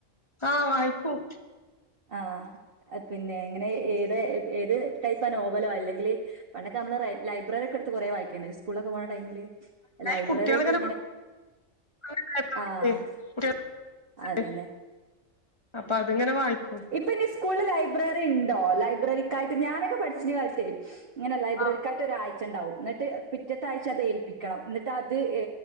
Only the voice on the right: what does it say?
ആ പിന്നെ ഇങ്ങനെ ഏത് ഏത് ടൈപ്പ ആ നോവലോ അല്ലെങ്കിൽ പണ്ടൊക്കെ നമ്മള് ലൈബ്രറി ഒക്കെ എടുത്ത് കുറേ വായിക്കേണ്ടായ് നി സ്കൂളൊക്കെ പോണ ടൈമില് ലൈബ്രറി
ഒക്കെ
ആഹ് അതന്നെ
ഇപ്പ <unintelligible> സ്കൂളിൽ ലൈബ്രറി ഉണ്ടോ ലൈബ്രറിക്കായിട്ട് ഞാനൊക്കെ പഠിച്ചിനെ കാലത്തെ ഇങ്ങനെ ലൈബ്രിക്കായ്
ട്ട് ഒരാഴ്ച ഉണ്ടാവും എന്നിട്ട് പിറ്റത്താഴ്ച അത് ഏൽപ്പിക്കണം ഇന്ന അത് ഏ